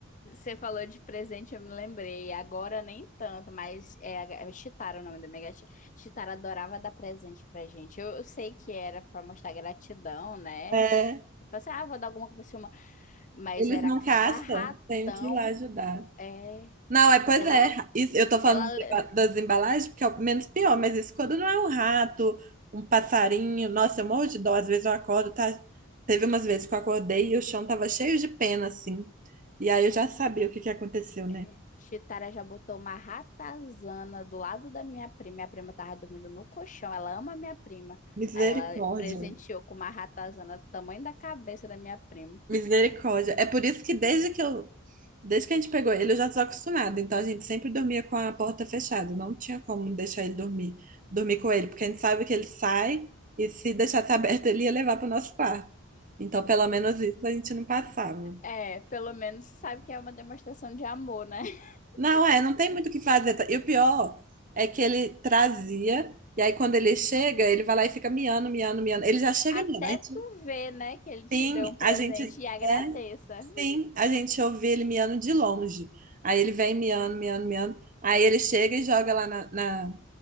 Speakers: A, on the left (about 40°); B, on the right (about 40°).
A: Você falou de presente, eu me lembrei. Agora nem tanto, mas é, é Chitara o nome da minha gatinha. Chitara adorava dar presente pra gente. Eu, eu sei que era pra mostrar gratidão, né?
B: É,
A: Eu Falei assim, ah, vou dar alguma coisa pra você, uma. Mas
B: eles
A: era
B: não
A: cada
B: caçam,
A: ratão.
B: tenho que ir lá ajudar.
A: É,
B: Não, é, pois
A: ela,
B: é. Isso, eu tô falando
A: ela,
B: de ba- das embalagens, porque é o menos pior, mas isso quando não é um rato, um passarinho. Nossa, eu morro de dó. Às vezes eu acordo, tá? Teve umas vezes que eu acordei e o chão tava cheio de pena, assim. E aí eu já sabia o que que aconteceu, né?
A: é, Chitara já botou uma ratazana do lado da minha prima. Minha prima tava dormindo no colchão. Ela ama minha prima.
B: Misericórdia.
A: Aí ela presenteou com uma ratazana do tamanho da cabeça da minha prima.
B: Misericórdia. É por isso que desde que eu Desde que a gente pegou ele, eu já estava acostumada. Então a gente sempre dormia com a porta fechada. Não tinha como deixar ele dormir, dormir com ele, porque a gente sabe que ele sai e se deixasse <laughs> aberto, ele ia levar para o nosso quarto. Então, pelo menos isso a gente não passava.
A: É, pelo menos sabe que é uma demonstração de amor, né? <laughs>
B: Não, é, não tem muito o que fazer. tá? E o pior é que ele trazia, e aí quando ele chega, ele vai lá e fica miando, miando, miando. Ele já chega
A: Até
B: miando.
A: tu ver, né, que ele te
B: Sim,
A: deu um presente
B: a gente
A: e agradeça.
B: é, sim, a gente ouve ele miando de longe. Aí ele vem miando, miando, miando. Aí ele chega e joga lá na, na,